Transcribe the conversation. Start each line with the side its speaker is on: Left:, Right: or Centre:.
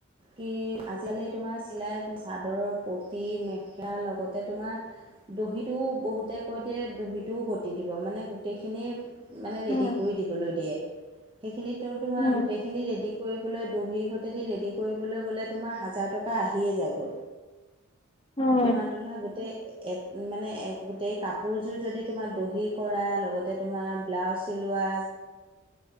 Right: কি আজিকালি তোমাৰ চিলাই চাদৰৰ পটি মেখেলা লগতে তোমাৰ দহিটোও বহুতে কৈ দিয়ে দহিটোও বটি দিব মানে গোটেইখিনি মানে
Left: হয়
Right: ৰেডি কৰি দিবলৈ দিয়ে সেইখিনিতো তোমাৰ
Left: হয়
Right: গোটেইখিনি ৰেডি কৰিবলৈ দহি ৰেডি কৰিবলৈ গ'লে তোমাৰ িয়ে যায়গৈ
Left: হয়
Right: তোমাৰটো ধৰা গোটেই এক মানে এক গোটেই কাপোৰযোৰ যদি তোমাৰ দহি কৰা লগতে তোমাৰ ব্লাউজ চিলোৱা